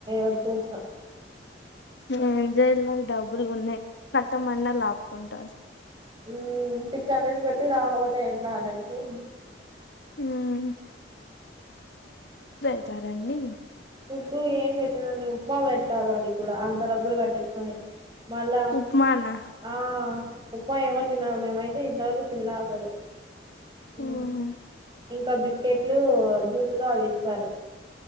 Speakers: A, on the right; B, on the left.
A: వచ్చేసి నా
B: ఆ జైలుకు డబ్బులు ఉన్నాయి కట్టమన్నా లాక్కుంటారు
A: ఉ సిక్స్ హండ్రెడ్ కట్టి రాకపోతే ఏంట అనేసి
B: ఉమ్ ఉంటారండి
A: ఫుడ్డు ఏం పెట్టిరండి ఉప్మా పెడతారు అది కూడా అంత డబ్బులు కట్టించుకొని మళ
B: ఉప్మానా
A: ఆ ఉప్మా ఎవరు తినరూ మేమయితే ఇంతవరకు తిన్లా అసలు ఉ
B: ఉహు
A: ఇంకా బిస్కెట్లు జ్యూస్లు అవి ఇస్తారు